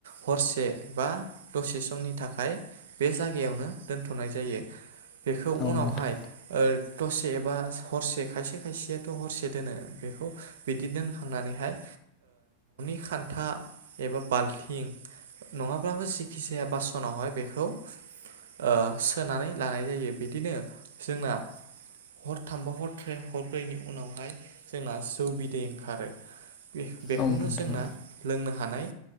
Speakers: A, on the right; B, on the left.
A: हरसे बा दसे समनि थाखाय बे जायगायावनो दोनथ'नाय जायो। बेखौ
B: औ
A: उनावहाय
B: नोंथां
A: ओ दसे बा हरसे खायसे खायसेयाथ' हरसे दोनो बेखौ बिदि दोनखांनानै हाय खान्था एबा बाल्थिं नङाब्लाबो जेखि जाया बासनावहाय बेखौ ओ सोनानै लानाय जायो। बिदिनो जोंना हरथामबा हरथ्रे हरब्रैनि उनावहाय जोंना जौ बिदै ओंखारो। बेखौनो
B: औ नोंथां
A: जोंना लोंनो हानाय